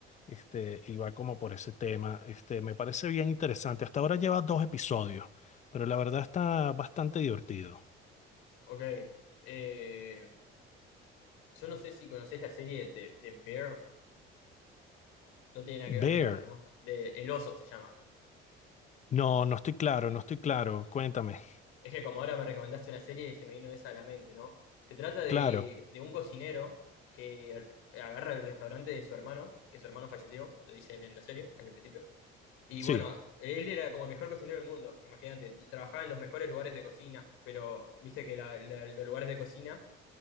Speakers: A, on the left; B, on the left.
A: este, y va como por ese tema. Este, me parece bien interesante. Hasta ahora lleva dos episodios, pero la verdad está bastante divertido.
B: ok. Eh, yo no sé si conocés la serie de, de Bear. No tiene nada
A: Bear,
B: que ver con esto, ¿no? De El Oso se llama.
A: no, no estoy claro, no estoy claro. Cuéntame.
B: Es que como ahora me recomendaste una serie, se me vino esa a la mente, ¿no? Se trata de,
A: Claro,
B: de un cocinero que agarra el restaurante de su hermano, que su hermano falleció, lo dicen en la serie, en el principio. Y
A: sí,
B: bueno, él era como el mejor cocinero del mundo, imagínate, trabajaba en los mejores lugares de cocina, pero viste que la- la- los lugares de cocina